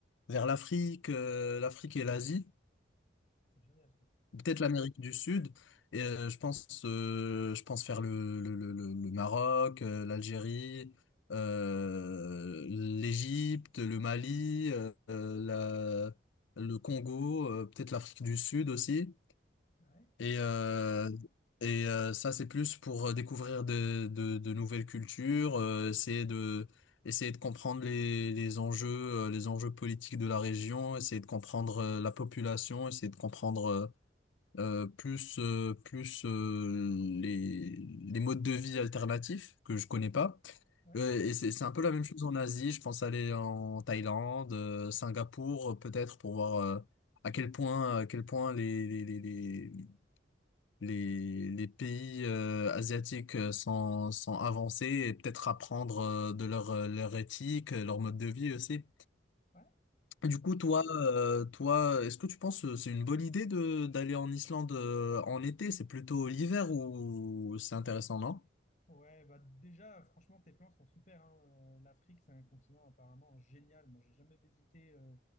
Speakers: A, on the left (about 75°); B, on the left (about 40°).
A: vers l'Afrique, euh, l'Afrique et l'Asie.
B: C'est génial ça.
A: Peut-être l'Amérique du Sud. Et euh, je pense, euh, je pense faire le, le, le, le le Maroc, euh, l'Algérie, euh, l'Égypte, le Mali, euh, euh,
B: Ouais,
A: la, le Congo, euh, peut-être l'Afrique du Sud aussi.
B: ouais,
A: Et, euh, et euh, ça, c'est plus pour découvrir de, de, de nouvelles cultures, euh, essayer de, essayer de comprendre les, les enjeux, euh, les enjeux politiques de la région, essayer de comprendre euh, la population, essayer de comprendre euh, euh, plus euh, plus euh, les, les modes de vie alternatifs que je connais pas.
B: ouais.
A: Euh, et c'est c'est un peu la même chose en Asie. Je pense aller en Thaïlande, euh, Singapour, euh, peut-être pour voir euh, à quel point à quel point les les les les les, les pays euh, asiatiques euh, sont sont avancés et peut-être apprendre euh, de leur euh, leur éthique, euh, leur mode de vie aussi.
B: ouais.
A: Du coup, toi, euh, toi, est-ce que tu penses que c'est une bonne idée de d'aller en Islande euh, en été? C'est plutôt l'hiver ou c'est intéressant, non?
B: Ouais, bah déjà, franchement, tes plans sont super, hein. Euh, L'Afrique, c'est un continent apparemment génial. Moi, j'ai jamais visité euh,